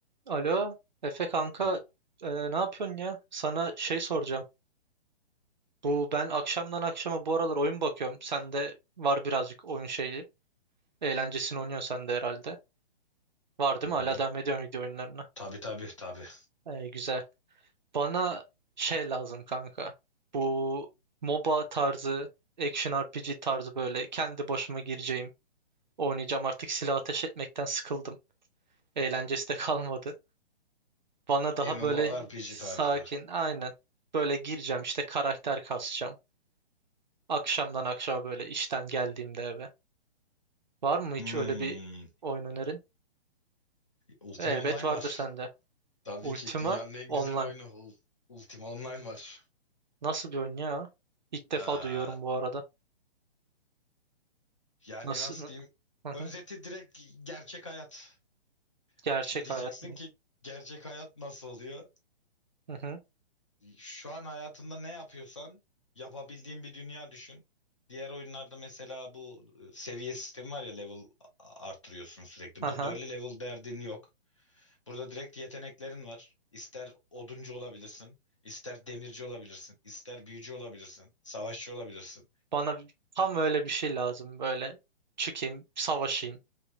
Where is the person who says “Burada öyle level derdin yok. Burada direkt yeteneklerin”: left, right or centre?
Left